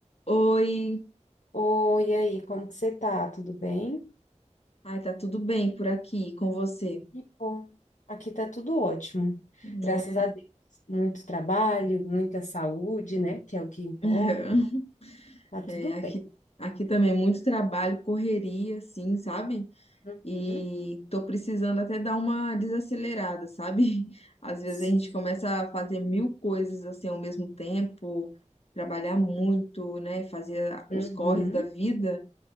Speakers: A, on the left (about 55°); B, on the left (about 85°).
A: Oi,
B: Oi, e aí, como que você tá? Tudo bem?
A: ai, tá tudo bem por aqui com você,
B: Que bom. Aqui tá tudo ótimo.
A: não
B: Graças
A: é?
B: a Deus. Muito trabalho, muita saúde, né? Que é o que importa.
A: <laughs>
B: Tá tudo
A: É, aqui,
B: bem.
A: aqui também muito trabalho, correria, assim, sabe?
B: Uhum.
A: E tô precisando até dar uma desacelerada, sabe? <laughs> Às vezes
B: Sim.
A: a gente começa a fazer mil coisas assim ao mesmo tempo, trabalhar muito, né? Fazer
B: Uhum.
A: os corres da vida.